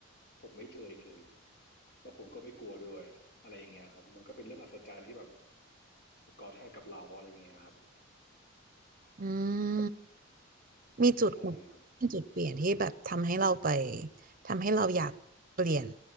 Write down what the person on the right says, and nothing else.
อืม มีจุดแบบเป็นจุดเปลี่ยนที่แบบทำให้เราไป
ทำให้เราอยากเปลี่ยน